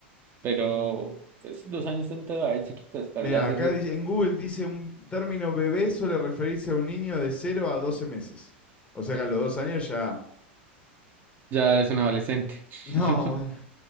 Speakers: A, on the right; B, on the left.
A: pero pues, dos años son todavía chiquitos, pero
B: Mira,
A: ya es,
B: acá dice- en Google dice un término bebé suele referirse a un niño de cero a 12 meses. O sea que a los dos años ya... <laughs>
A: ya es un adolescente.
B: No,
A: <laughs>
B: bueno.